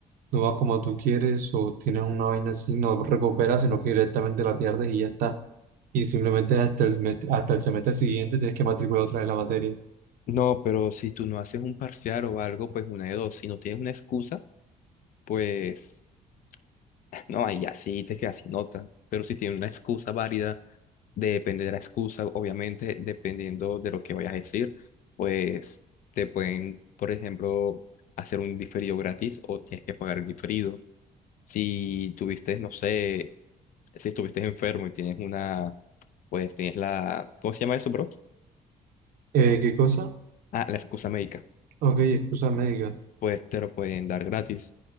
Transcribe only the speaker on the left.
No, pero si tú no haces un parcial o algo, pues una de dos. Si no tienes una excusa, pues <laughs> no, ahí ya sí te quedas sin nota. Pero si tienes una excusa válida, depende de la excusa, obviamente, dependiendo de lo que vayas a decir, pues te pueden, por ejemplo, hacer un diferido gratis o tienes que pagar el diferido. Si tuviste, no sé, si estuviste enfermo y tienes una, pues tienes la, ¿cómo se llama eso, bro?
Ah, la excusa médica.
pues te lo pueden dar gratis.